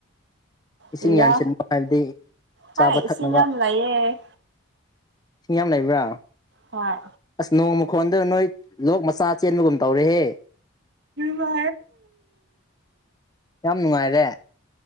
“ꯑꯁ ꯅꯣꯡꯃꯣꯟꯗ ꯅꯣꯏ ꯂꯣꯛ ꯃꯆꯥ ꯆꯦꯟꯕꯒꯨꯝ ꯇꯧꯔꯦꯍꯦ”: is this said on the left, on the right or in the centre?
Left